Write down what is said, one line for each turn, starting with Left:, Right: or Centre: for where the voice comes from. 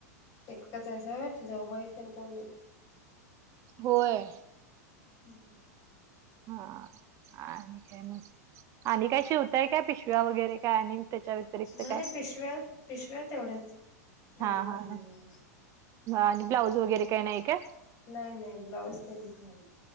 Left: एकटच आहेसा होय जाऊबाई तेन कोण नाही?
Right: होय.
Left: हम्म.
Right: हा आणि काय मग? आणि काय शिवताय काय पिशव्या वगैरे काय आणि त्याच्या व्यतिरिक्त
Left: नाही
Right: काय
Left: पिशव्या- पिशव्या तेवढ्याच.
Right: हा
Left: आणि काय
Right: हा
Left: नाही.
Right: आणि ब्लाउज वगैरे काही नाही काय?
Left: नाही नाही ब्लाऊज तेन काय नाही